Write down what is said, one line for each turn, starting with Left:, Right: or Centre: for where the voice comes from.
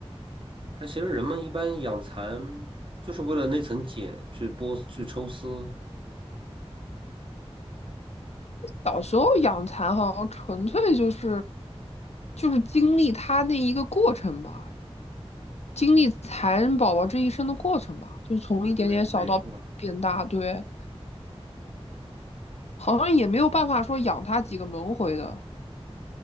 Right: 但其实人们一般养蚕就是为了那层茧去剥去抽丝，
Left: 小时候养蚕好像纯粹就是就是经历它那一个过程吧，经历蚕宝宝这一生的过程吧，就从一点点小到变大，
Right: 对，没错儿
Left: 对。好像也没有办法说养它几个轮回的。